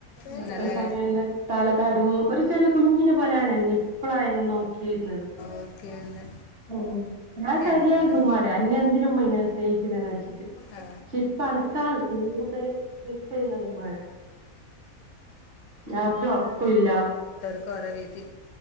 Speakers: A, on the left; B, on the right.
A: ഇന്നലെ
B: അത്ര സമയല്ല തലതാടും ഒരു ചെറിയ കുഞ്ഞിനെ പോലെയാണ് എന്നെ ഇപ്പള ആ എങ്ങ് നോക്കിയിരുന്നത്
A: ഓക്കെ ഒന്ന്
B: ഉ ഞാൻ ശരിയായിരുന്നു
A: എന്താണ്
B: മടെ അന്നെ എന് ഇങ്ങനെ സ്നേഹിക്കുന്നന്ന് വെച്ചിട്ട് പക്ഷെ
A: ആ.
B: ഇപ്പ അണക്കാണ് കൂടുതല് മിസ് ചെയ്യുന്നമാന രാത്രി ഉറക്കില്ല
A: കൂറോവിധി